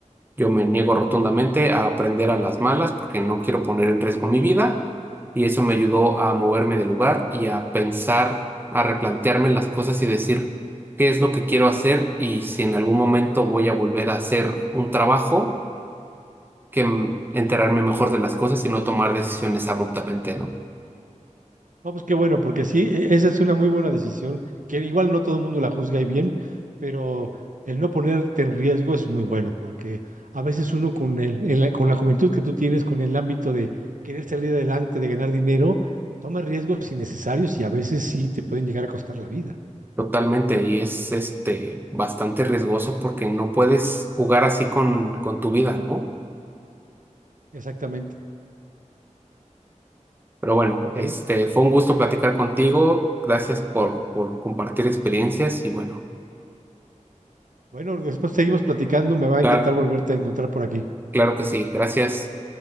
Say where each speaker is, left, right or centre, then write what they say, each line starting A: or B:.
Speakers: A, on the right (about 15°); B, on the right (about 85°).
A: yo me niego rotundamente a aprender a las malas porque no quiero poner en riesgo mi vida. Y eso me ayudó a moverme del lugar y a pensar, a replantearme las cosas y decir qué es lo que quiero hacer y si en algún momento voy a volver a hacer un trabajo que mm, enterarme mejor de las cosas y no tomar decisiones abruptamente, ¿no?
B: No, pues qué bueno, porque sí, e- esa es una muy buena decisión, que igual no todo el mundo la juzga y bien, pero el no ponerte en riesgo es muy bueno, porque a veces uno con el, en la, con la juventud que tú tienes, con el ámbito de querer salir adelante, de ganar dinero, toma riesgos innecesarios y a veces sí te pueden llegar a costar la vida.
A: Totalmente, y es este bastante riesgoso porque no puedes jugar así con, con tu vida, ¿no?
B: Exactamente.
A: Pero bueno,
B: Ok.
A: este fue un gusto platicar contigo. Gracias por, por compartir experiencias y bueno,
B: Bueno, después seguimos platicando. Me va
A: claro,
B: a encantar volverte a encontrar por aquí.
A: claro que sí. Gracias.